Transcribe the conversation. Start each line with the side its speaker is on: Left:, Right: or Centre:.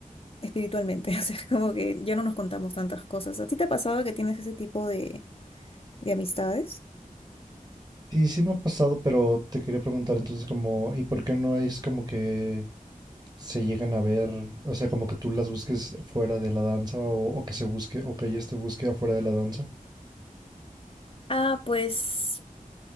Left: espiritualmente. <laughs> O sea, es como que ya no nos contamos tantas cosas. ¿A ti te ha pasado que tienes ese tipo de, de amistades?
Right: Sí, sí me ha pasado, pero te quería preguntar entonces como, ¿y por qué no es como que se llegan a ver, o sea, como que tú las busques fuera de la danza o, o que se busque, o que ellas te busque afuera de la danza?
Left: Ah, pues